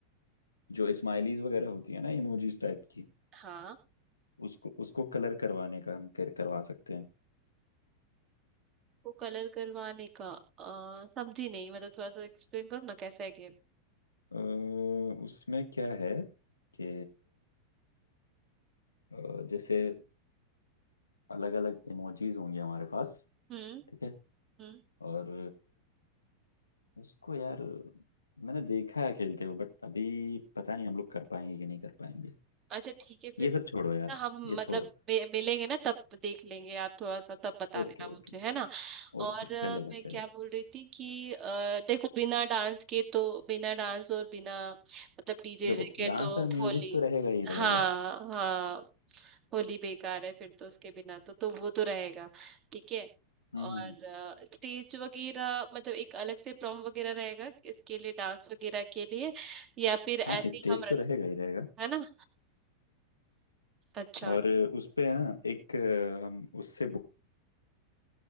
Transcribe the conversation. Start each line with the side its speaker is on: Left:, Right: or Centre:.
Left: जो स्माइलीज वगैरह होती है ना इमोजीज टाइप की
Right: हाँ
Left: उसको उसको कलर करवाने का हम कर, करवा सकते हैं
Right: को कलर करवाने का आ, समझी नहीं मतलब थोड़ा सा एक्सप्लेन करो ना कैसा है गेम
Left: अ, उसमें क्या है कि अ, जैसे अलग अलग इमोजीज होंगे हमारे पास
Right: हम्म
Left: ठीक है
Right: हम्म
Left: और अ, उसको यार मैंने देखा है खेलते हुए बट अभी पता नहीं हम लोग कर पाएंगे कि नहीं कर पाएंगे
Right: अच्छा ठीक है फिर
Left: ये सब छोड़ो यार
Right: ना हम
Left: ये
Right: मतलब
Left: छोड़ो
Right: मे- मिलेंगे ना तब देख लेंगे आप थोड़ा सा तब बता
Left: Okay
Right: देना मुझे
Left: okay
Right: है ना और
Left: ओके
Right: अ,
Left: चलेगा
Right: मैं
Left: चलेगा
Right: क्या बोल रही थी कि अ, देखो बिना डांस के तो बिना डांस और बिना मतलब डीजे
Left: देखो
Right: के
Left: डांस
Right: तो
Left: और म्यूजिक
Right: होली
Left: तो रहेगा ही रहेगा
Right: हाँ हाँ होली बेकार है फिर तो उसके बिना तो तो वो तो रहेगा ठीक है
Left: हम्म
Right: और
Left: हम्म, हम्म।
Right: स्टेज वगैरह मतलब एक अलग से प्रॉम वगैरह रहेगा इसके लिए डांस वगैरह के लिए या फिर ऐसे
Left: हाँ स्टेज
Right: ही हम रख
Left: तो रहेगा ही रहेगा
Right: है ना अच्छा
Left: और उस पे है ना एक अ, हम उससे बोल-